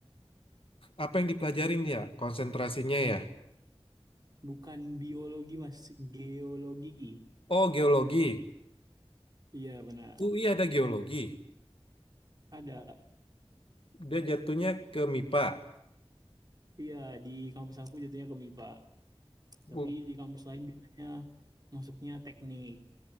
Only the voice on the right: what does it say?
Bukan biologi mas, geologi.
Iya benar.
Ada.
Iya di kampus aku jatuhnya ke MIPA,
tapi di kampus lain biasanya masuknya teknik.